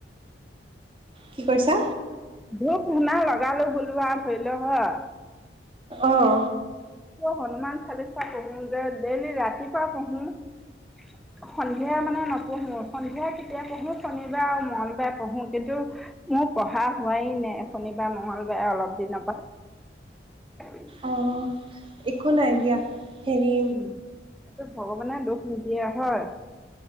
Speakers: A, on the right; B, in the centre.
A: কি কৈছা
B: ধপ শুনা লগালো বলো আৰু ধৰিলেও হয়
A: আহ
B: হনুমান চালিচা পঢ়ো যে ডেইলি ৰাতিপুৱা পঢ়ো সন্ধিয়া মানে নপঢ়ো সন্ধিয়া কেতিয়া পঢ়ো শনিবাৰে আৰু মঙলবাৰে পঢ়ো কিন্তু মোৰ পঢ়া হোৱাই নাই শনিবাৰে মঙলবাৰে অলপ দিনৰ পৰা
A: অ'। একো নাই এ দিয়া হেৰি
B: উম এইটো ভগৱানে দুখ তিিয়া হয়